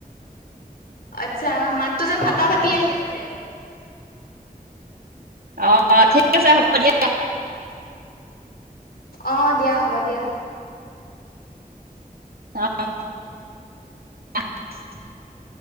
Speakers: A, on the left (about 85°); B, on the right (about 80°).
A: আচ্ছা মাততো যে ফটা ফাটি আহি আছে।
B: অ', ঠিক আছে হ'ব দিয়া।
A: অ দিয়া হ'ব দিয়া।
B: আহ